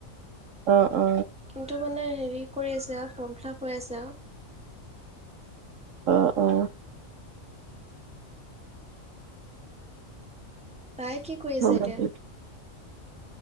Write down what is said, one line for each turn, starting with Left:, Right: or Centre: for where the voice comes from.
Right: অ অ
Centre: কিন্তু মানে হেৰি কৰি আছে আৰু ফৰ্ম ফিল আাপ হৈ আছে আৰু
Right: অ অ
Centre: তাই কি কৰি
Right: হ'ব
Centre: আছে এতিয়া
Right: দিয়া